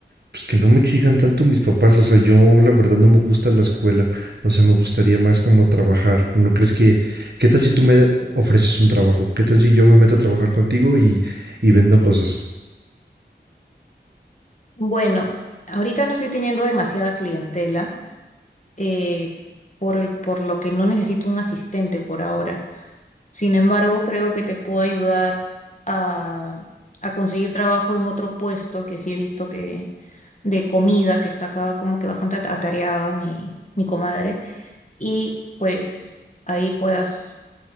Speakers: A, on the right; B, on the left.
A: pues que no me exijan tanto mis papás. O sea, yo la verdad no me gusta la escuela. O sea, me gustaría más como trabajar. ¿No crees que, qué tal si tú me ofreces un trabajo? ¿Qué tal si yo me meto a trabajar contigo y, y vendo cosas?
B: bueno, ahorita no estoy teniendo demasiada clientela, eh, por el- por lo que no necesito un asistente por ahora. Sin embargo, creo que te puedo ayudar a, a conseguir trabajo en otro puesto que sí he visto que de comida, que está acá como que bastante at- atareado mi, mi comadre. Y pues ahí puedas